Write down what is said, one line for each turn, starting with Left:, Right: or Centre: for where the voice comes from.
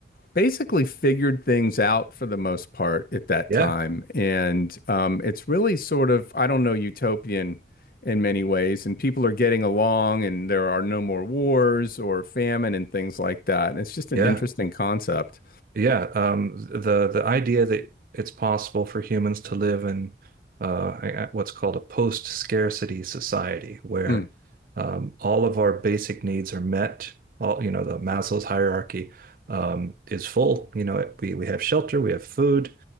Left: basically figured things out for the most part at that
Right: Yeah.
Left: time. And um, it's really sort of, I don't know, utopian in many ways. And people are getting along and there are no more wars or famine and things like that. And it's just an
Right: Yeah.
Left: interesting concept.
Right: Yeah, um, the the idea that it's possible for humans to live in uh, I- what's called a post-scarcity society, where
Left: Mm.
Right: um, all of our basic needs are met. All you know, the Maslow's hierarchy um, is full. You know, it- we we have shelter, we have food,